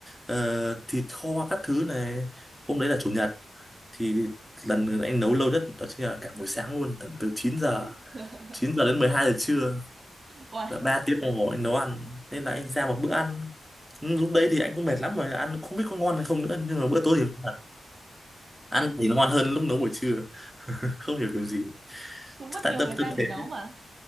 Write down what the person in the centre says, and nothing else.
ờ, thịt kho các thứ này hôm đấy là chủ nhật thì lần anh nấu lâu nhất đó chính là cả buổi sáng luôn tầm từ 9 giờ
9 giờ đến 12 giờ trưa
là 3 tiếng đồng hồ anh nấu ăn nên là anh ra một bữa ăn Ừ, lúc đấy thì anh cũng mệt lắm rồi ăn không biết có ngon hay không nữa nhưng mà bữa tối thì ngon thật ăn thì nó ngon hơn lúc nấu buổi trưa <laughs> không hiểu kiểu gì
chắc
tại
tâm
tâm
thế